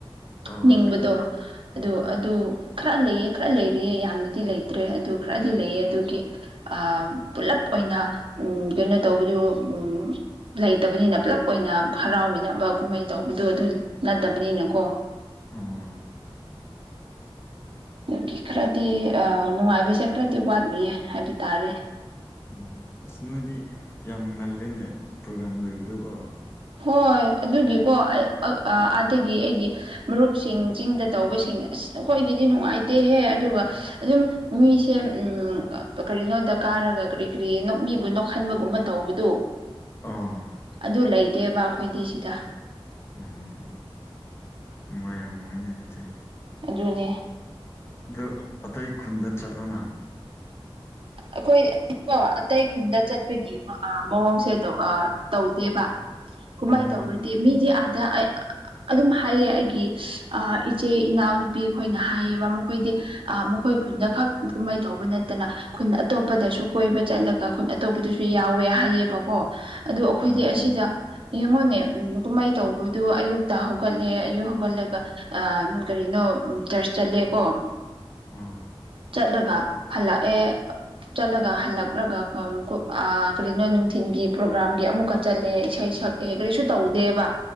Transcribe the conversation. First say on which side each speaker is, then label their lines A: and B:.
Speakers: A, on the left (about 25°); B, on the right (about 65°).
A: ꯑꯣ
B: ꯅꯤꯡꯕꯗꯣ
A: ꯈꯪꯉꯦ ꯈꯪꯉꯦ
B: ꯑꯗꯨ
A: ꯍꯣꯏ
B: ꯑꯗꯨ ꯈꯔ ꯂꯩꯌꯦ ꯈꯔ ꯂꯩꯔꯤꯌꯦ ꯌꯥꯝꯅꯗꯤ ꯂꯩꯇ꯭ꯔꯦ ꯑꯗꯨ ꯈ꯭ꯔꯗꯤ ꯂꯩꯌꯦ ꯑꯗꯨꯒꯤ ꯑꯥ ꯄꯨꯂꯞ ꯑꯣꯏꯅ ꯎꯝ ꯀꯩꯅꯣ ꯇꯧꯕꯗꯨ ꯎꯝ ꯂꯩꯇꯕꯅꯤꯅ ꯄꯨꯂꯞ ꯑꯣꯏꯅ ꯍꯔꯥꯎꯃꯤꯟꯅꯕ ꯀꯨꯝꯍꯩ ꯇꯧꯕꯗꯣ ꯑꯗꯨ ꯅꯠꯇꯕꯅꯤꯅꯀꯣ
A: ꯑꯣ
B: ꯒꯤ ꯈꯔꯗꯤ ꯑꯥ ꯅꯨꯡꯉꯥꯏꯕꯁꯦ ꯈꯔꯗꯤ ꯋꯥꯠꯂꯤꯌꯦ ꯍꯥꯏꯕ ꯇꯥꯔꯦ
A: ꯎꯝ ꯑꯁ ꯅꯣꯏꯗꯤ ꯌꯥꯝ ꯉꯜꯂꯦꯅꯦ ꯄ꯭ꯔꯣꯒ꯭ꯥꯔꯥꯝ ꯂꯣꯏꯕꯗꯨꯀꯣ
B: ꯍꯣꯏ ꯑꯗꯨꯒꯤꯀꯣ ꯑꯩ ꯑꯥꯗꯒꯤ ꯑꯩꯒꯤ ꯃꯔꯨꯞꯁꯤꯡ ꯆꯤꯡꯗ ꯇꯧꯕꯁꯤꯡ ꯑꯁ ꯅꯈꯣꯏꯒꯤꯗꯤ ꯅꯨꯡꯉꯥꯏꯇꯦꯍꯦ ꯑꯗꯨꯒ ꯑꯗꯨꯝ ꯃꯤꯁꯦ ꯎꯝ ꯀꯔꯤꯅꯣꯗ ꯀꯥꯔꯒ ꯀꯔꯤ ꯀꯔꯤ ꯃꯤꯕꯨ ꯅꯣꯛꯍꯟꯕꯒꯨꯝꯕ ꯇꯧꯕꯗꯣ
A: ꯑꯥ
B: ꯑꯗꯨ ꯂꯩꯇꯦꯕ ꯑꯩꯈꯣꯏꯗꯤ ꯁꯤꯗ
A: ꯑꯣ ꯅꯨꯡꯉꯥꯏꯔꯝꯃꯣꯏꯅꯦ ꯑꯗꯨꯗꯤ
B: ꯑꯗꯨꯅꯦ
A: ꯑꯗꯨ ꯑꯇꯩ ꯈꯨꯟꯗ ꯆꯠꯂꯣꯅ
B: ꯑꯩꯈꯣꯏ ꯑꯩ <unintelligible> ꯑꯇꯩ ꯈꯨꯟꯗ ꯆꯠꯄꯒꯤ ꯑꯥ ꯃꯑꯣꯡꯁꯦ ꯑꯥ ꯇꯧꯗꯦꯕ ꯀꯨꯃꯩ
A: ꯑꯣ
B: ꯇꯧꯔꯗꯤ ꯃꯤꯗꯤ ꯑꯙꯥ ꯑꯩ ꯑꯗꯨꯝ ꯍꯥꯏꯌꯦ ꯑꯩꯒꯤ ꯑꯥ ꯏꯆꯦ ꯏꯅꯥꯎꯅꯨꯄꯤ ꯈꯣꯏꯅ ꯍꯥꯏꯌꯦꯕ ꯃꯈꯣꯏꯗꯤ ꯑꯥ ꯃꯈꯣꯏ ꯈꯨꯟꯗ ꯈꯛ ꯀꯨꯝꯍꯩ ꯇꯧꯕ ꯅꯠꯇꯅ ꯈꯨꯟ ꯑꯇꯣꯞꯄꯗꯁꯨ ꯀꯣꯏꯕ ꯆꯠꯂꯒ ꯈꯨꯟ ꯑꯇꯣꯞꯄꯗꯁꯨ ꯌꯥꯎꯋꯦ ꯍꯥꯏꯌꯦꯕꯀꯣ ꯑꯗꯨ ꯑꯈꯣꯏꯗꯤ
A: ꯑꯣ
B: ꯑꯁꯤꯗ ꯌꯦꯡꯉꯨꯅꯦ ꯎꯝ ꯀꯨꯝꯍꯩ ꯇꯧꯕꯗꯨ ꯑꯌꯨꯛꯇ ꯍꯧꯒꯠꯂꯦ ꯑꯌꯨꯛ ꯍꯧꯒꯠꯂꯒ ꯑ ꯀꯔꯤꯅꯣ ꯆꯔꯆ ꯆꯠꯂꯦꯀꯣ
A: ꯑꯣ
B: ꯆꯠꯂꯒ ꯍꯜꯂꯛꯑꯦ ꯆꯠꯂꯒ ꯍꯜꯂꯛꯂꯒ <unintelligible> ꯀꯔꯤꯅꯣ ꯅꯨꯡꯊꯤꯟꯜꯒꯤ ꯄ꯭ꯔꯣꯒ꯭ꯔꯥꯝꯒꯤ ꯑꯃꯨꯛꯀ ꯆꯠꯂꯦ ꯏꯁꯩ ꯁꯛ ꯑꯦ ꯀꯔꯤꯁꯨ ꯇꯧꯗꯦꯕ